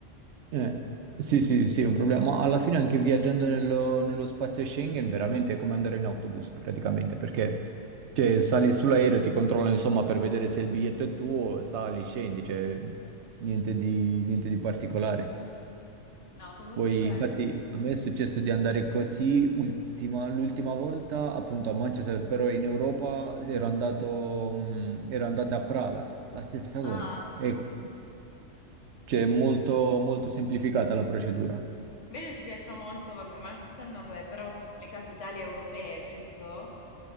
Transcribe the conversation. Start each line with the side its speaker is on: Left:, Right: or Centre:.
Right: Eh, sì, sì, sì, è un problema. Ma alla fine anche viaggiando nello, nello spazio Schengen veramente è come andare in autobus praticamente, perché cioè, sali sull'aereo, ti controllano insomma per vedere se il biglietto è tuo, sali, scendi, cioè niente di, niente di particolare.
Left: No, comunque...
Right: Poi infatti a me è successo di andare così ultima- l'ultima volta appunto a Manchester, però in Europa ero andato, mh, ero andato a Praga, la stessa cosa.
Left: Ah,
Right: E, cioè, è molto molto semplificata la procedura.
Left: vedi, ti piacciono molto, vabbè, Manchester non lo è, però le capitali europee, giusto?